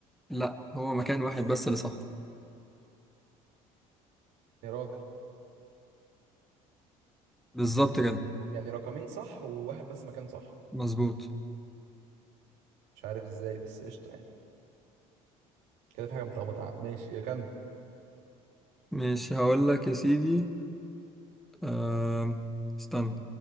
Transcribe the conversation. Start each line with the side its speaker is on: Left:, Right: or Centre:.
Centre: لا هو مكان واحد بس اللي صح
Right: يا راجل
Centre: بالظبط كده
Right: يعني رقمين صح وواحد بس مكان صح
Centre: مظبوط
Right: مش عارف ازاي بس قشطة يعني كده في حاجة متلخبطة ماشي كم
Centre: مش هقول لك يا سيدي أم... استنى